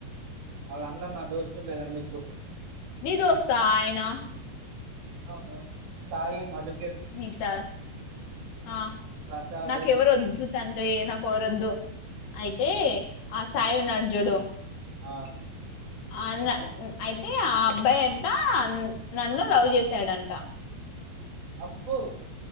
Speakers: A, on the right (about 65°); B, on the left (about 75°).
A: వాళ్ళ అందరు నా దోస్తులు లే గని చెప్పు
B: నీ దోస్తా ఆయన
A: అవును సాయి మధు
B: నీత ఆ
A: ప్రసాద్
B: నాకు ఎవర వద్దు తండీ నాకెవరోద్దు అయితే
A: ఆ
B: ఆ సాయి ఉన్నాడ్ చూడు
A: ఆ
B: ఆ అన్న అయితే ఆ అబ్బాయి అంట నన్ను లవ్ చేశాడంట
A: అబ్బూ